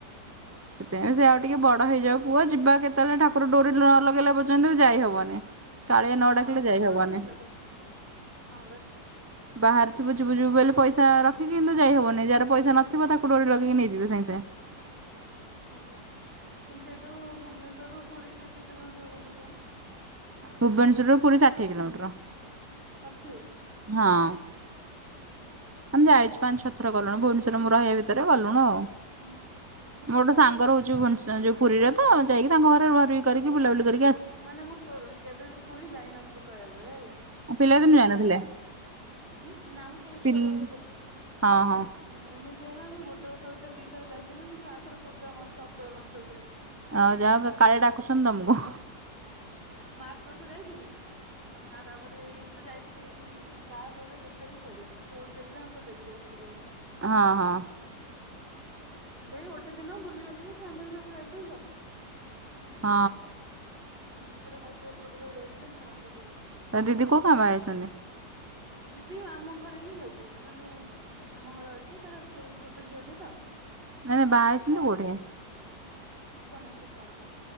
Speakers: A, on the right (about 15°); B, on the right (about 35°).
A: ସେଥିପାଇଁ ସେ ଆଉ ଟିକେ ବଡ ହେଇଯାଉ ପୁଅ ଯିବା କେତେବେଳେ ଠାକୁ ର ଡୋରି ନ ଲଗେଇଲା ପର୍ଯ୍ୟନ୍ତ ବି ଯାଇ ହବନି। କାଳିଆ ନଅ
B: ହଁ
A: ଡାକିଲେ
B: ସେଟା
A: ଯାଇ ହବନି।
B: ତ ଠିକ କଥା ହଁ ପରା
A: ବାହାରି ଥିବୁ ଜିବୁ ଜିବୁ ବେଲି ପଇସା ରଖିକି କିନ୍ତୁ ଯାଇହବନି ଯାହାର ପଇସା ନଥିବ ତାକୁ ଡୋରି ଲଗେଇକି ନେଇଯିବେ ସାଙ୍ଗେ ସାଙ୍ଗେ। <inaudible>
B: ହଁ ବା କିନ୍ତୁ ସେଇଠୁ ଭୁବନେସ୍ୱର ରୁ ପୁରୀ କେତେ କିଲୋମିଟର ହବ କେଜାଣି।
A: ଭୁବନେଶର ରୁ ପୁରୀ ଷାଠିଏ କିଲୋମିଟର।
B: ଷାଠିଏ।
A: ହଁ।
B: ଓ ହୋ।
A: ଆମେ ଯାଇଛୁ ପାଞ୍ଚ ଛ ଥର ଗଲୁଣୁ ଭୁବନେଶ୍ୱର ରେ ମୁଁ ରହିବା ଭିତରେ ଗଲୁଣୁ ମୋର
B: ଓହୋ
A: ଗୋଟେ ସାଙ୍ଗ ରହୁଛି। ଯୋଉ ଭୋନସ ଯୋଉ ପୁରୀରେ ତ ଯାଇକି ତାଙ୍କ ଘରେ ରୁହା ରୁହି କରିକି ବୁଲାବୁଲି କରିକି।
B: ମାନେ ମୁଁ ଟୋ କେବେ ବି ପୁରୀ ଯାଇନଥିଲି କହିବାକୁ ଗଲେ ହେଲା ମାନେ
A: ପିଲାଦିନୁ
B: ଏମିତି
A: ଯାଇନଥିଲେ
B: ହେଲା। ହୁଁ ନା ମୁଁ କେବେ
A: ପିଲ୍
B: ଛୁଆ ବେଳୁ ବି ଯାଇନି
A: ହଁ ହଁ
B: ଉଁ ଏମିତି ହେଲା ମୁଁ ଗୋଟେ ଅକ୍ଟୋବର ସ ଭିତରେ ଦିଥର ଯାଇ ସାରିଲିଣି ଆଉଥରେ ପ୍ରୋଗ୍ରାମ ଅଛି ଅକ୍ଟୋବର ମାସ ଭିତରେ।
A: ଆଉ ଯାଅ କାଳିଆ ଡାକୁଛନ୍ତି ତମୁକୁ।
B: ମାର୍ଚ୍ଚ ମାସ ଯାଇଥିଲି। ଆଉ ତାପରେ ହେଇ ତ ଯାଇଥିଲି ବାହାଘରରେ କେତେ ତାରିଖ ପଇଲା ଷୋଳ ତାରିଖ ନା ସତର ତାରିଖ ଯାଇଥିଲି ଭାରି।
A: ହଁ ହଁ।
B: ସେଇ ଗୋଟେ ଦିନ ବୁଲି ବାଲିକି ଫ୍ୟାମିଲି ସହିତ ଯାଇଥିଲୁ ତ।
A: ହଁ।
B: ଦିଦିର ଶାଶୁଘର ଲୋକ ସବୁ ଯାଇଥିଲେ ମୁଁ ତାଙ୍କ ସହିତ ଯାଇଥିଲି।
A: ତ ଦିଦି କୋଉ ଗାଁ ବାହା ହେଇଛନ୍ତି?
B: ଦିଦି ଆମ ଘରେ ହିଁ ଅଛି ମାନେ ଆମ ଘରେ ଅଛି ତାର ଛୋଟ ଝିଅଟେ ତ।
A: ନାଇଁ ନାଇଁ ବାହା ହେଇଛନ୍ତି
B: ତା
A: କୋଉଠି?
B: ଚିକଣା ଚିକଣା।